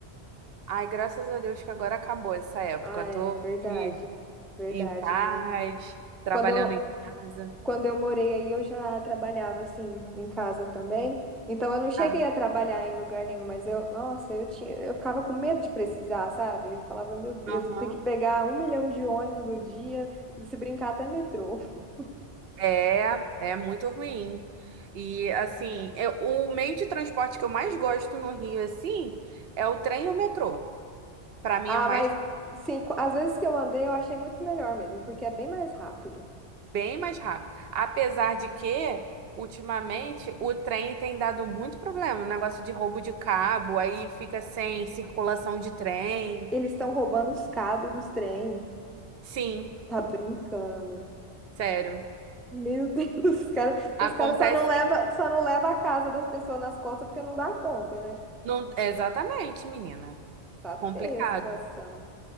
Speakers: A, on the right; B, in the centre.
A: Ai, graças a Deus que agora acabou essa época.
B: Ah, é
A: Tô
B: verdade.
A: aqui
B: Verdade,
A: em paz,
B: viu?
A: trabalhando
B: Quando eu,
A: em casa.
B: Quando eu morei aí, eu já trabalhava assim em casa também. Então eu não cheguei
A: Ah,
B: a trabalhar em lugar nenhum, mas eu, nossa, eu tinha, eu ficava com medo de precisar, sabe? Eu falava, meu Deus,
A: aham.
B: eu tenho que pegar um milhão de ônibus no dia, se brincar até metrô. <laughs>
A: É, é muito ruim. E assim, eu- o meio de transporte que eu mais gosto no Rio, assim, é o trem e o metrô. Para mim
B: Ah,
A: é o mais
B: mas sim, co- às vezes que eu andei, eu achei muito melhor mesmo, porque é bem mais rápido.
A: bem mais rápido. Apesar de que, ultimamente, o trem tem dado muito problema, negócio de roubo de cabo, aí fica sem circulação de trem.
B: Eles estão roubando os cabos dos trem.
A: Sim,
B: Tá brincando.
A: sério.
B: Meu Deus, <laughs> os caras,
A: Acontece.
B: os caras só não leva, só não leva a casa das pessoas nas costas porque não dá conta, né?
A: Não, exatamente, menina.
B: Tá feia
A: Complicado.
B: a situação.